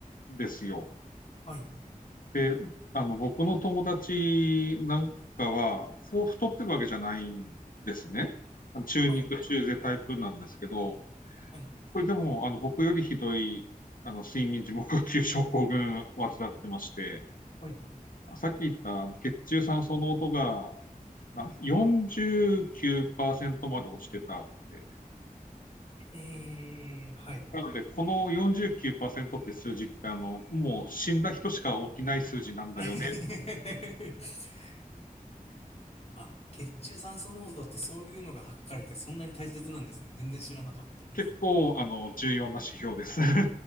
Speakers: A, on the left; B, on the left.
A: ですよ。
B: はい。
A: で、あの、僕の友達なんかは、そう太ってるわけじゃないんですね。中肉中背タイプなんですけど、
B: はい。はい。
A: それでも、あの、僕よりひどい、あの、睡眠時無呼吸症候群患ってまして、
B: はい。
A: さっき言ったあの血中酸素濃度がな49%まで落ちてたって。
B: えー、はい。
A: なので、この49%って数字って、あの、もう死んだ人しか起きない数字なんだよね。
B: <laughs> あ、血中酸素濃度ってそういうのが測れてそんなに大切なんですね。全然知らなかったです。
A: 結構、あの、重要な指標です。<laughs>